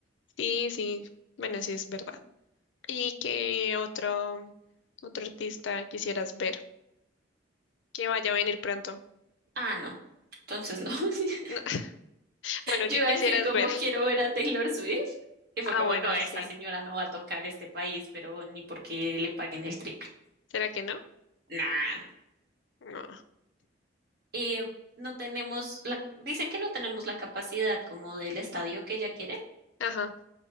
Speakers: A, on the left; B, on the right.
A: Sí, sí, bueno, sí es verdad. ¿Y qué otro, otro artista quisieras ver? Que vaya a venir pronto.
B: Ah, no. Entonces no. <laughs>
A: No, <laughs> Bueno,
B: Yo
A: ¿qué
B: iba
A: quisieras
B: a decir como
A: ver?
B: quiero ver a Taylor Swift. Y fue
A: Ah,
B: como,
A: bueno,
B: no, esa
A: sí.
B: señora no va a tocar este país, pero ni porque le paguen el triple.
A: ¿Será que no?
B: Nah.
A: No.
B: Eh, no tenemos la, dicen que no tenemos la capacidad como del estadio que ella quiere.
A: Ajá,